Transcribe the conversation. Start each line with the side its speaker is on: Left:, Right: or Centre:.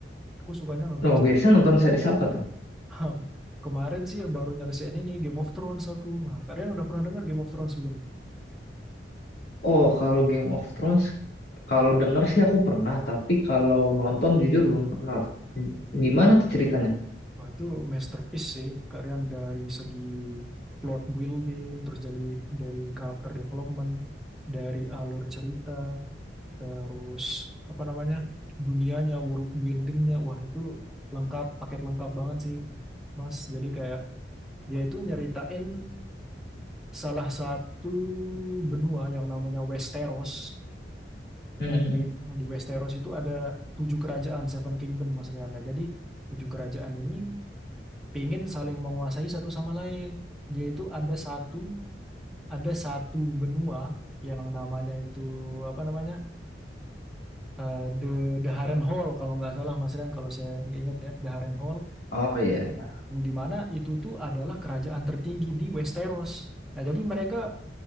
Centre: Aku sukanya nonton
Left: Oh, biasanya nonton series apa tuh?
Centre: <laughs> kemarin sih baru nyelesain ini Game of Thrones aku. Nah, kalian udah pernah dengar Game of Thrones belum?
Left: Oh, kalau Game of Thrones kalau denger sih aku pernah, tapi kalau nonton jujur belum pernah tuh. Gimana tuh ceritanya?
Centre: Wah, itu masterpiece sih, kalian dari segi plot building, terus jadi dari karakter development, dari alur cerita, terus apa namanya, dunianya, world buildingnya, wah itu lengkap, paket lengkap banget sih, Mas. Jadi kayak dia itu nyeritain salah satu benua yang namanya Westeros.
Left: <laughs>
Centre: Nah, di, di Westeros itu ada tujuh kerajaan, Seven Kingdom, Mas Riana. Jadi tujuh kerajaan ini pingin saling menguasai satu sama lain. Dia itu ada satu ada satu benua yang namanya itu apa namanya Eh, the the Haren Hall kalau nggak salah Mas Rian kalau saya nggak ingat ya the Haren Hall
Left: Oh iya iya.
Centre: di mana itu tuh adalah kerajaan tertinggi di Westeros. Nah jadi mereka